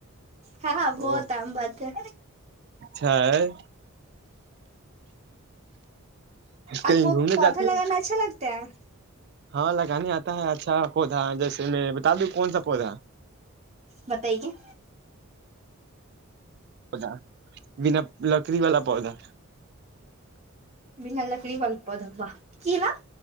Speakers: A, on the right; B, on the right.
A: ہاں بہت
B: ا
A: عام بات ہے
B: ہےھ کہیں
A: آپ کو
B: گھومنے
A: پودا
B: جاتی ہو
A: لگانا اچھا لگتا ہے
B: ہاں لگانے آتا ہے اچھا پودا جیسے میں بتا دوں کون سا پودا
A: مت یہیک
B: پ بنا لکڑی والا پودا
A: بھینا لکڑی بلپ دبا کی نا